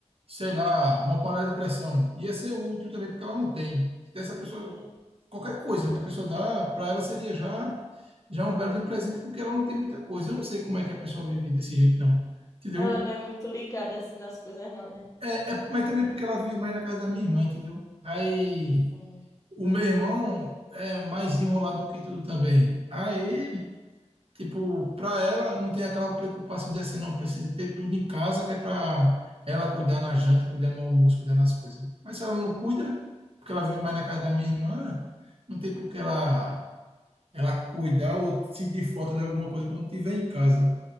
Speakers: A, on the right; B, on the left.
A: sei lá, uma panela de pressão, ia ser útil também, porque ela não tem. Se desse a
B: entender.
A: pessoa, qualquer coisa que a pessoa dá, para ela seria já, já um belo de um presente, porque ela não tem muita coisa. Eu não sei como é que a pessoa vive desse jeito, não, entendeu?
B: Ela não é muito ligada assim nas coisas, não, né?
A: É, é, mas também porque ela vive mais na casa da minha irmã, entendeu? Aí.
B: Sim.
A: O meu irmão é mais enrolado do que tudo também. Aí, tipo, para ela não tem aquela preocupação de assim, não, precisa ter tudo em casa, que é para ela cuidar na janta, cuidar no almoço, cuidar nas coisas. Mas se ela não cuida, porque ela vive mais na casa da minha irmã, não tem por que ela, ela cuidar ou sentir falta de alguma coisa quando estiver em casa.